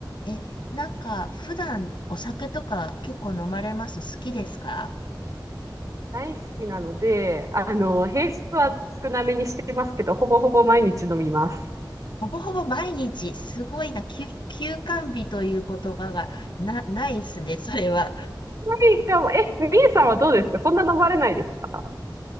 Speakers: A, on the left; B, on the right.
A: え、なんか、普段お酒とか結構飲まれます好きですか
B: 大好きなので、あの、平日は少なめにしてますけど、ほぼほぼ毎日飲みます。
A: ほぼほぼ毎日、すごいな、休、休肝日という言葉がな、ないですね、それは。
B: ないかも。え、みえさんはどうですかそんな飲まれないですか